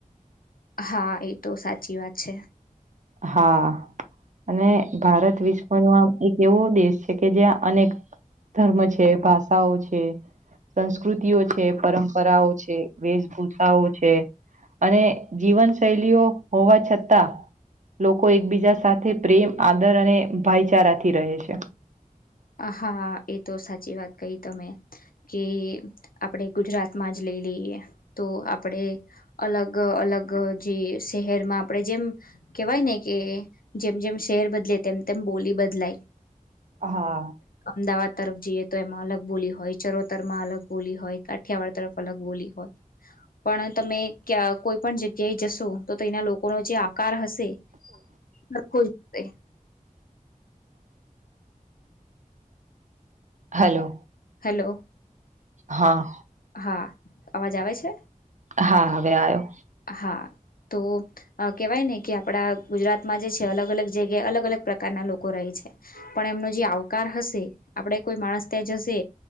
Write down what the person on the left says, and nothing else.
હા એ તો સાચી વાત છે
હા એ તો સાચી વાત કહી તમે કે આપણેે ગુજરાતમાં જ લ લઈએ તો આપડે અલગ અલગ જે શહેરમાં આપડે જેમ કેહેવાય ને કે જેમ જેમ શહેર બદલે તેમ તેમ બોલી બ બદલાઈ
અમદાવાદ તરફ જઈએ તો એમાં અલગ બોલી હોય ચરોતરમાં અલગ બોલી હોય કાઠિયાવાડ તરફ અલગ બોલી હોય પણ તમે ક્યા કોઈ પણ જગ્યાએ જશો તો તેના લોકોનો જે આકાર હશે <inaudible>
હલો
હા અવાજ આવે છે
હા તો કેવાય ને કે આપડા ગુજરાતમાં જે છે અલગ અલગ જગ્યાએ અલગ અલગ પ્રકારના લોકો રહે છે પણ એમનો જે આવકાર હશે આપણેે કોઈ માણસ ત્યાં જશે